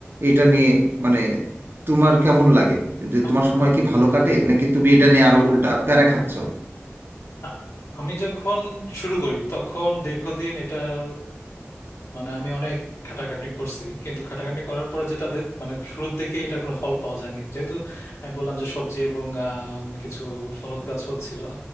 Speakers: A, on the right (about 50°); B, on the left (about 80°).
A: এটা নিয়ে মানে তোমার কেমন লাগে যে
B: আম-
A: তোমার সময় কি ভালো কাটে নাকি তুমি এটা নিয়ে আরো উল্টা প্যারা খাচ্ছ
B: না, আমি যখন শুরু করি তখন দীর্ঘদিন এটার মানে আমি অনেক খাটাখাটনি করছি কিন্তু খাটাখাটনি করার পরে যেটা দে- মানে শুরুর দিকে এটার কোনো ফল পাওয়া যায়নি যেহেতু আমি বললাম যে সবজি এবং আহ, কিছু ফলদ গাছও ছিল